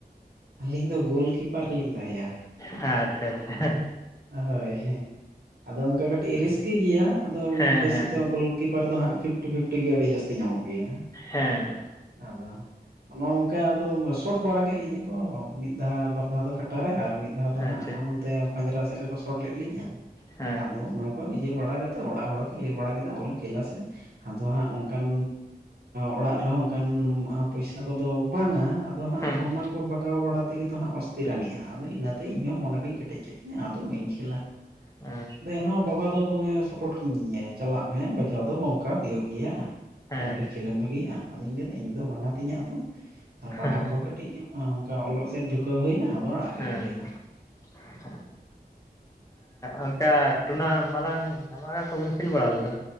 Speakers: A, on the right; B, on the left.
A: ᱟᱹᱞᱤᱧ ᱫᱚ ᱜᱳᱞᱠᱤᱯᱟᱨ ᱞᱤᱧ ᱛᱟᱦᱮᱭ-ᱟ᱾
B: ᱦᱮᱸ ᱟᱪᱪᱷᱟ ᱟᱪᱪᱷᱟ᱾
A: ᱦᱳᱭ ᱦᱮᱸ ᱟᱫᱚ ᱚᱱᱠᱟ ᱠᱟᱹᱴᱤᱡ ᱨᱤᱥᱠᱤ ᱜᱮᱭᱟ ᱟᱫᱚ
B: ᱦᱮᱸ
A: ᱵᱮᱥᱤ
B: ᱦᱮᱸ
A: ᱛᱚ ᱜᱳᱞ ᱠᱤᱯᱟᱨ ᱫᱚ ᱦᱟᱸᱜ ᱯᱷᱤᱯᱴᱤ ᱯᱷᱤᱯᱴᱤ ᱜᱮ ᱟᱰᱤ ᱡᱟᱹᱥᱛᱤ ᱧᱟᱢᱚᱜ ᱜᱮᱭᱟ ᱾
B: ᱦᱮᱸ ᱾
A: ᱟᱫᱚ ᱚᱱᱚ ᱚᱝᱠᱟ ᱟᱫᱚ ᱥᱚᱴ ᱵᱟᱲᱟ ᱠᱮᱫ ᱞᱤᱧᱟᱹ ᱠᱚ ᱢᱤᱫ ᱫᱷᱟᱣ ᱵᱟᱨ ᱫᱷᱟᱣ ᱫᱚ ᱠᱟᱴᱟᱨᱮ ᱟᱨ ᱢᱤᱫ ᱫᱷᱟᱣ ᱫᱚ
B: ᱟᱪᱪᱷᱟ
A: ᱦᱟᱸᱜ ᱦᱚᱸᱜ-ᱚᱱᱛᱮ ᱯᱟᱸᱡᱽᱨᱟ ᱥᱮᱫ ᱨᱮᱠᱚ ᱥᱚᱴ ᱞᱮᱫ ᱞᱤᱧᱟ ᱾
B: ᱦᱮᱸ
A: ᱟᱫᱚ ᱚᱱᱟ ᱠᱚ ᱤᱭᱟᱹ ᱵᱟᱲᱟ ᱠᱟᱛᱮ ᱚᱲᱟᱜ ᱦᱚᱲ ᱠᱚ ᱞᱟᱹᱭ ᱵᱟᱲᱟ ᱠᱮᱫᱟ ᱟᱞᱚᱢ ᱠᱷᱮᱞᱟ ᱥᱮ᱾ ᱟᱫᱚ ᱦᱟᱸᱜ ᱚᱱᱠᱟᱱ ᱚᱲᱟᱜ ᱨᱮᱦᱚᱸ ᱚᱱᱠᱟᱱ ᱯᱚᱭᱥᱟᱹ ᱠᱚᱫᱚ ᱵᱟᱝ-ᱟ ᱟᱫᱚ
B: ᱦᱩᱸ
A: ᱦᱟᱸᱜ ᱚᱱᱟ
B: ᱦᱩᱸ
A: ᱠᱚ ᱵᱟ ᱜᱟᱣ ᱵᱟᱲᱟ ᱛᱮᱜᱮ ᱛᱚ ᱦᱟᱸᱜ ᱚᱥᱛᱤᱨᱟᱱᱤᱡᱟ ᱟᱫᱚ ᱤᱱᱟᱹᱛᱮ ᱤᱧ ᱦᱚᱸ ᱢᱚᱱᱮ ᱠᱚᱧ ᱠᱮᱴᱮᱡ ᱠᱮᱫ ᱛᱤᱧᱟ ᱟᱫᱚ ᱵᱟᱹᱧ ᱠᱷᱮᱞᱟ᱾
B: ᱦᱮᱸ᱾
A: ᱟᱫᱚ ᱮᱱᱦᱚᱸ ᱵᱟᱵᱟ ᱫᱚ ᱫᱚᱢᱮ ᱥᱟᱯᱚᱴ ᱠᱤᱫᱤᱧᱟᱭ ᱪᱟᱞᱟᱜ ᱢᱮ ᱵᱟᱡᱟᱣ ᱫᱚ ᱱᱚᱝᱠᱟ ᱦᱳᱭᱳᱜ ᱜᱮᱭᱟ᱾
B: ᱦᱮᱸ
A: ᱛᱟ ᱵᱚᱞᱮ ᱠᱷᱮᱞ ᱮᱢ ᱵᱟᱹᱜᱤᱭᱟ ᱟᱫᱚᱧ ᱞᱟᱹᱭ ᱫᱟ ᱤᱧ ᱫᱚ ᱵᱟᱝ ᱟᱛᱤᱧᱟ ᱟᱫᱚ᱾ ᱟᱨ ᱯᱟᱲᱦᱟᱣ
B: ᱦᱮᱸ
A: ᱠᱚ ᱦᱚᱸ ᱠᱟᱹᱴᱤᱡ ᱚᱱᱠᱟ ᱚᱞᱚᱜ ᱥᱮᱫ ᱡᱷᱩᱠᱟᱹᱣ ᱦᱳᱭᱱᱟ ᱟᱫᱚ ᱟᱲᱟᱜ ᱜᱤᱰᱤ
B: ᱦᱮᱸ
A: ᱦᱳᱭᱱᱟ᱾
B: <inaudible> ᱚᱱᱠᱟ ᱴᱩᱱᱟ ᱢᱟᱨᱟᱝ ᱫᱷᱟᱢᱠᱟ ᱠᱚᱵᱤᱱ ᱠᱷᱮᱞ ᱵᱟᱲᱟ ᱞᱮᱫᱟ?